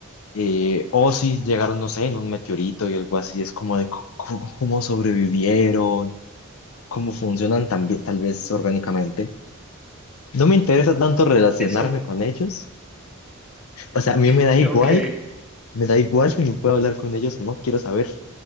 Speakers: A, on the left; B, in the centre.
A: eh, o si llegaron, no sé, en un meteorito y algo así, es como de co- co- cómo sobrevivieron, cómo funcionan también tal vez orgánicamente. No me interesa tanto relacionarme
B: Eso,
A: con ellos, o sea, a mí me da
B: <laughs>
A: igual,
B: ok.
A: me da igual si me puedo hablar con ellos o no, quiero saber